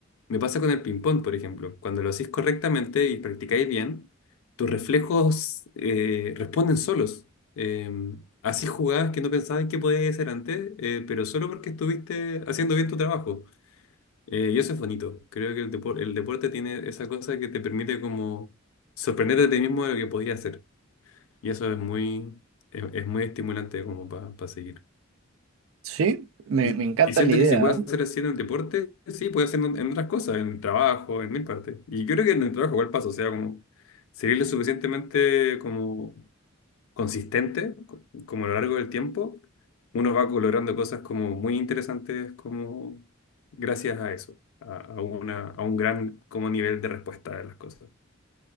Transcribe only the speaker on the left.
Me pasa con el ping-pong, por ejemplo, cuando lo hacéis correctamente y practicáis bien, tus reflejos eh, responden solos. Eh, así jugadas que no pensabas que podías hacer antes, eh, pero solo porque estuviste haciendo bien tu trabajo. Eh, y eso es bonito. Creo que el depor- el deporte tiene esa cosa que te permite como sorprenderte a ti mismo de lo que podías hacer. Y eso es muy, es, es muy estimulante como para seguir.
Y,
y siento
que si puedo
hacer así en el deporte, sí, puedo hacer en, en otras cosas, en el trabajo, en mil partes. Y yo creo que en el trabajo igual paso, o sea, como seguir lo suficientemente como consistente, co- como a lo largo del tiempo, uno va logrando cosas como muy interesantes como gracias a eso, a, a una, a un gran como nivel de respuesta de las cosas.